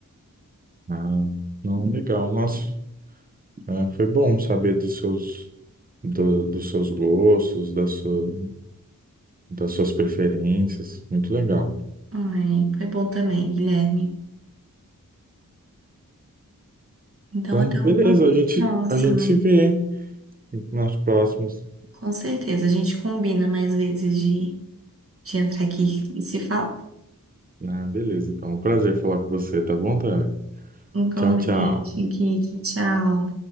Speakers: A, on the right (about 25°); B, on the right (about 40°).
A: Ah, não, legal. Nossa, ah, foi bom saber dos seus, do- dos seus gostos, da sua, das suas preferências. Muito legal.
B: Ai, foi bom também, Guilherme. Então
A: Então,
B: até
A: beleza,
B: uma
A: a gente,
B: próxima.
A: a gente se vê nas próximas.
B: Com certeza, a gente combina mais vezes de, de entrar aqui e se falar.
A: Ah, beleza, então. Um prazer falar com você, tá bom, Tami?
B: Um comente,
A: Tchau, tchau.
B: Gui. Tchau.